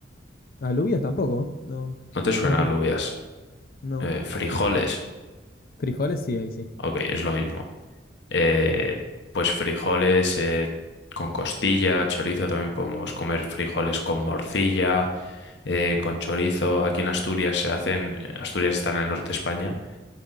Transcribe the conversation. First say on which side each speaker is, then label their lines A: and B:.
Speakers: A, on the left (about 50°); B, on the left (about 70°).
A: Alubias tampoco. No,
B: No te suena
A: no tengo.
B: alubias,
A: No.
B: eh, frijoles,
A: Frijoles, sí, ahí sí.
B: ok, es lo mismo. eh, pues frijoles eh, con costilla, chorizo, también podemos comer frijoles con morcilla, eh, con chorizo. Aquí en Asturias se hacen, Asturias está en el norte de España,